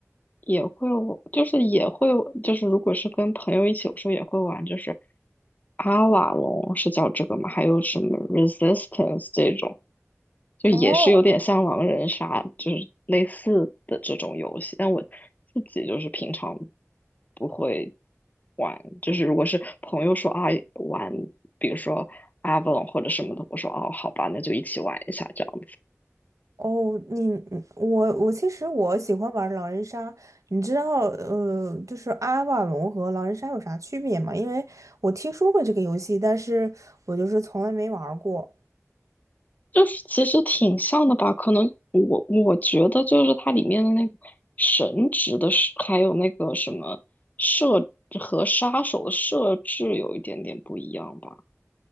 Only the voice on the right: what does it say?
哦
哦，你你我我其实我喜欢玩狼人杀，你知道呃，就是阿瓦隆和狼人杀有啥区别吗？因为我听说过这个游戏，但是我就是从来没玩儿过。